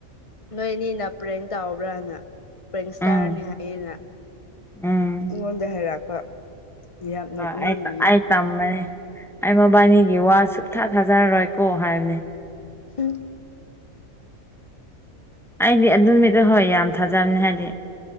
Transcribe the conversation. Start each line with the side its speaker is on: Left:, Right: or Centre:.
Left: ꯅꯣꯏ ꯅꯤꯅ ꯄ꯭ꯔꯦꯡ ꯇꯥꯎꯕ꯭ꯔꯥꯅ ꯄ꯭ꯔꯦꯡ ꯁ꯭ꯇꯥꯔꯅꯦ
Centre: ꯎꯝ
Left: ꯍꯥꯏꯌꯦꯅ
Centre: ꯎꯝ
Left: ꯑꯩꯉꯣꯟꯗ ꯍꯥꯏꯔꯛꯄ ꯌꯥꯝ ꯅꯣꯛꯅꯤꯡꯕꯅꯦ
Centre: ꯑ ꯑꯩꯠ ꯑꯩꯠ ꯇꯝꯕꯅꯦ ꯑꯩ ꯃꯕꯥꯅꯤꯒꯤ ꯋꯥ ꯁꯨꯛꯊꯥ ꯊꯥꯖꯔꯔꯣꯏꯀꯣ ꯍꯥꯏꯕꯅꯦ
Left: ꯎꯝ
Centre: ꯑꯩꯗꯤ ꯑꯗꯨ ꯅꯨꯃꯤꯠꯇꯣ ꯍꯣꯏ ꯌꯥꯝ ꯊꯥꯖꯕꯅꯤ ꯍꯥꯏꯗꯤ